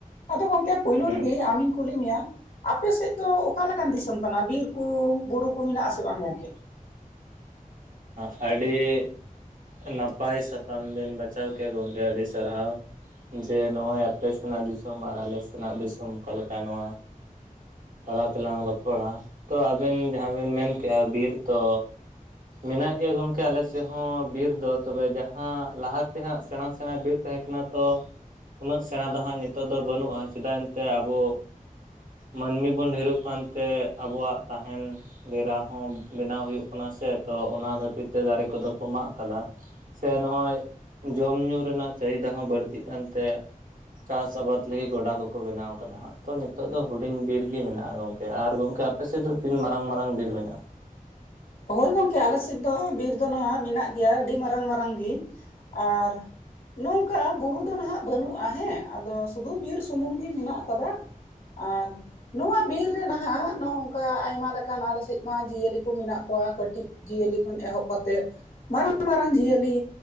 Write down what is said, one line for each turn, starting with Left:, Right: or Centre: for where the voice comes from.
Left: ᱟᱫᱚ ᱜᱚᱝᱠᱮ ᱯᱳᱭᱞᱳ
Right: ᱦᱮᱸ
Left: ᱨᱮᱜᱮ ᱟᱢᱤᱧ ᱠᱩᱞᱤ ᱢᱮᱭᱟ, ᱟᱯᱮ ᱥᱮᱫ ᱫᱚ ᱚᱠᱟ ᱞᱮᱠᱟᱱ ᱫᱤᱥᱚᱢ ᱠᱟᱱᱟ ᱵᱤᱨ ᱠᱚ ᱵᱩᱨᱩ ᱠᱚ ᱢᱮᱱᱟᱜ ᱟᱥᱮ ᱵᱟᱝ ᱜᱚᱝᱠᱮ?
Right: ᱦᱮᱻᱻᱟᱹᱰᱤ ᱱᱟᱯᱟᱭ ᱥᱟᱛᱟᱢ ᱵᱮᱱ ᱵᱟᱪᱷᱟᱣ ᱠᱮᱫᱼᱟ ᱜᱚᱝᱠᱮ ᱟᱹᱰᱤ ᱥᱟᱨᱦᱟᱣ ᱡᱮ ᱱᱚᱜᱼᱚᱭ ᱟᱯᱮ ᱥᱮᱱᱟᱜ ᱫᱤᱥᱚᱢ ᱟᱨ ᱟᱞᱮ ᱥᱮᱱᱟᱜ ᱫᱤᱥᱚᱢ ᱚᱠᱟᱞᱮᱠᱟ ᱱᱚᱣᱟ ᱛᱟᱞᱟ ᱛᱮᱞᱟᱝ ᱨᱚᱯᱚᱲᱟ, ᱛᱚ ᱟᱵᱮᱱ ᱡᱟᱦᱟᱸ ᱵᱮᱮᱱ ᱢᱮᱱᱠᱮᱜᱼᱟ ᱵᱤᱨ ᱛᱚ ᱢᱮᱱᱟᱜ ᱜᱮᱭᱟ ᱜᱚᱝᱠᱮ ᱟᱞᱮᱥᱮᱫ ᱦᱚᱸ ᱵᱤᱨ ᱫᱚ ᱛᱚᱵᱮ ᱡᱟᱦᱟᱸ ᱞᱟᱦᱟ ᱛᱮ ᱦᱟᱸᱜ ᱥᱮᱬᱟ ᱥᱮᱬᱟ ᱵᱤᱨ ᱛᱟᱦᱮᱸ ᱠᱟᱱᱟ ᱛᱚ ᱩᱱᱟᱹᱜ ᱥᱮᱬᱟ ᱫᱚ ᱦᱟᱸᱜ ᱱᱤᱛᱚᱜ ᱫᱚ ᱵᱟᱹᱱᱩᱜᱼᱟ ᱪᱮᱫᱟᱜ ᱮᱱᱛᱮ ᱟᱵᱚ ᱢᱟᱹᱱᱢᱤ ᱵᱚᱱ ᱰᱷᱮᱨᱚᱜ ᱠᱟᱱᱛᱮ ᱟᱵᱚᱣᱟᱜ ᱛᱟᱦᱮᱱ ᱰᱮᱨᱟ ᱦᱚᱸ ᱵᱮᱱᱟᱣ ᱦᱩᱭᱩᱜ ᱠᱟᱱᱟ ᱥᱮ ᱛᱚ ᱚᱱᱟ ᱠᱷᱟᱹᱛᱤᱨ ᱛᱮ ᱫᱟᱨᱮ ᱠᱚᱫᱚ ᱠᱚ ᱢᱟᱜ ᱟᱠᱟᱫᱟ ᱥᱮ ᱱᱚᱜᱼᱚᱭ ᱡᱚᱢ ᱧᱩ ᱨᱮᱱᱟᱜ ᱪᱟᱹᱦᱤᱫᱟ ᱦᱚᱸ ᱵᱟᱹᱲᱛᱤᱜ ᱠᱟᱱᱛᱮ ᱪᱟᱥ ᱟᱵᱟᱫᱽ ᱞᱟᱹᱜᱤᱫ ᱜᱚᱰᱟ ᱠᱚᱠᱚ ᱵᱮᱱᱟᱣ ᱟᱠᱟᱫᱟ ᱦᱟᱸᱜ, ᱛᱚ ᱱᱤᱛᱚᱜ ᱫᱚ ᱦᱩᱰᱤᱧ ᱵᱤᱨ ᱜᱮ ᱢᱮᱱᱟᱜᱼᱟ ᱜᱚᱝᱠᱮ, ᱟᱨ ᱜᱚᱝᱠᱮ ᱟᱯᱮ ᱥᱮᱫ ᱫᱚ ᱛᱤᱱ ᱢᱟᱨᱟᱝ ᱢᱟᱨᱟᱝ ᱵᱤᱨ ᱢᱮᱱᱟᱜᱼᱟ
Left: ᱦᱳᱭ ᱜᱚᱝᱠᱮ ᱟᱞᱮ ᱥᱮᱫ ᱫᱚ ᱵᱤᱨ ᱫᱚ ᱱᱟᱦᱟᱜ ᱢᱮᱱᱟᱜ ᱜᱮᱭᱟ ᱟᱹᱰᱤ ᱢᱟᱨᱟᱝ ᱢᱟᱨᱟᱝ ᱜᱮ ᱟᱨ ᱱᱚᱝᱠᱟ ᱵᱩᱨᱩ ᱫᱚ ᱱᱟᱦᱟᱜ ᱵᱟᱹᱱᱩᱟ ᱦᱮᱸ ᱟᱫᱚ ᱥᱩᱫᱩ ᱵᱤᱨ ᱥᱩᱢᱩᱝ ᱜᱤ ᱢᱮᱱᱟᱜ ᱟᱠᱟᱫᱟ ᱟᱨ ᱱᱚᱣᱟ ᱵᱤᱨ ᱨᱮ ᱱᱟᱦᱟᱜ ᱱᱚᱝᱠᱟ ᱟᱭᱢᱟ ᱞᱮᱠᱟᱱ ᱟᱞᱮ ᱥᱮᱡ ᱢᱟ ᱡᱤᱭᱟᱹᱞᱤ ᱠᱚ ᱢᱮᱱᱟᱜ ᱠᱚᱣᱟ ᱠᱟᱹᱴᱤᱡ ᱡᱤᱭᱟᱹᱞᱤ ᱠᱷᱚᱱ ᱮᱦᱚᱵ ᱠᱟᱛᱮᱫ ᱢᱟᱨᱟᱝ ᱢᱟᱨᱟᱝ ᱡᱤᱭᱟᱹᱞᱤ